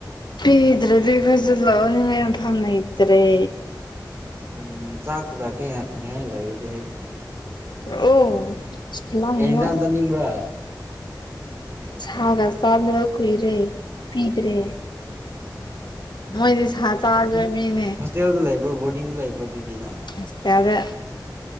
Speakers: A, on the left (about 75°); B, on the right (about 35°).
A: ꯊꯤꯗ꯭ꯔꯗꯒꯤ ꯑꯈꫭꯏꯖꯨ ꯂꯧꯅꯤꯉꯥꯏ ꯃꯐꯝ ꯂꯩꯇꯔꯦ
B: ꯎꯝ ꯆꯥꯛ ꯄꯨꯔꯛꯑꯒꯦ ꯉ ꯉꯥꯏꯍꯥꯛ ꯂꯩꯔꯗꯤ ꯑꯩ
A: ꯑꯣ ꯈꯨꯂꯝ
B: ꯀꯩ
A: ꯑꯃ
B: ꯌꯦꯟꯁꯥꯡ ꯆꯠꯅꯤꯡꯕ꯭ꯔꯥ
A: ꯁꯥꯒ ꯆꯥꯒ ꯀꯨꯏꯔꯦ ꯄꯤꯗ꯭ꯔꯦ ꯃꯣꯏꯗꯤꯁ ꯆꯗꯦ ꯃꯤꯅꯦ
B: ꯍꯣꯇꯦꯜꯗ ꯂꯩ꯭ꯔꯣ ꯀꯔꯤꯡꯗ ꯂꯩꯕ꯭ꯔꯥꯗꯨꯗꯤꯅ
A: ꯑꯁꯦ ꯑꯗ